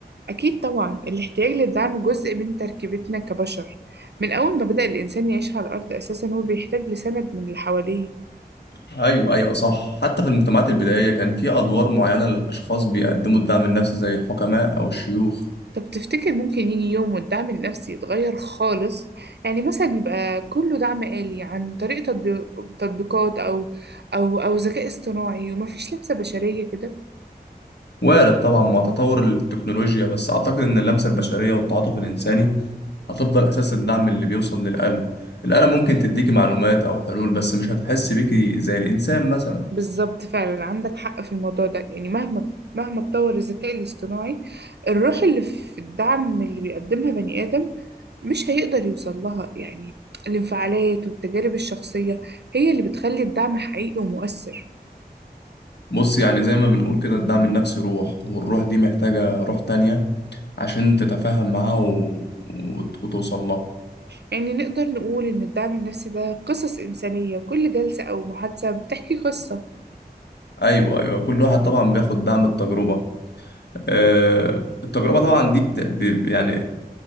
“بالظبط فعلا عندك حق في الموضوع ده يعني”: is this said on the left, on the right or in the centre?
Right